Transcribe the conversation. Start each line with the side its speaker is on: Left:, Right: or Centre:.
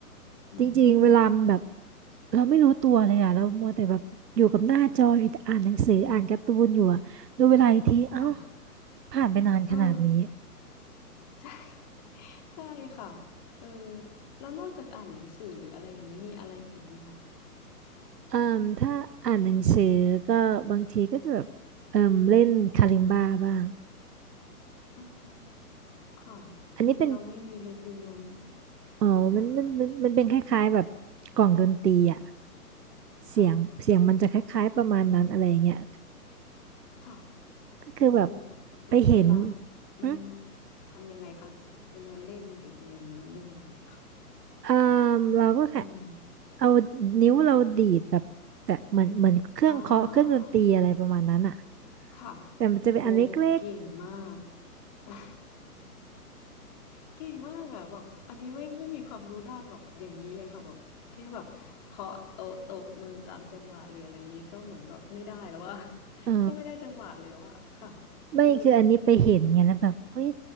Left: อืม
Right: จริงๆเวลามันแบบเราไม่รู้ตัวเลยอ่ะเรามัวแต่แบบอยู่กับหน้าจออยู่แต่อ่านหนังสืออ่านการ์ตูนอยู่อะดูเวลาอีกทีเอ้า
Left: ค่ะ
Right: ผ่านไปนานขนาดนี้
Left: เออใช่ ใช่ค่ะเออแล้วนอกจากอ่านหนังสือหรืออะไรอย่างนี้มีอะไรอีกไหมคะ
Right: เอ่มถ้าอ่านหนังสือก็บางทีก็จะแบบเอ่มเล่นคาลิมบาบ้าง
Left: อืมค่ะ
Right: อันนี้เป็น
Left: เราไม่มีเลยฟิลนั้น
Right: อ๋อมันมันมันมันเป็นคล้ายๆแบบกล่องดนตรีอ่ะ
Left: ค่ะ
Right: เสียงเสียงมันจะคล้ายๆประมาณนั้นอะไรอย่างเงี้ย
Left: ค่ะค่ะ
Right: ก็คือแบบ
Left: เออ
Right: ไปเห็น
Left: เวลา
Right: หึ
Left: มันทำยังไงคะเวลาเล่นหรืออะไรเงี้ยมันเล่นแบบไหนคะ
Right: เอ่มเราก็แค่
Left: อืม
Right: เอานิ้วเราดีดแบบแต่เหมือนเหมือนเครื่องเคาะเครื่องดนตรีอะไรประมาณนั้นอ่ะ
Left: อ่าค่ะ
Right: แต่มันจะเป็นอันเล็ก
Left: โอ้เก่งมาก <laughs> เก่งมากอ่ะแบบอันนี้ไม่ไม่มีความรู้ด้านแบบอย่างนี้เลยค่ะแบบแค่แบบเคาะโต๊ะตบมือตามจังหวะหรืออะไรอย่างนี้ก็เหมือนแบบไม่ได้แล้วอ่ะ <laughs>
Right: ๆเออ
Left: ก็ไม่ได้จังหวะแล้วอ่ะค่ะ
Right: ไม่คืออันนี้ไปเห็นไงแล้วแบบเฮ้ย
Left: เออ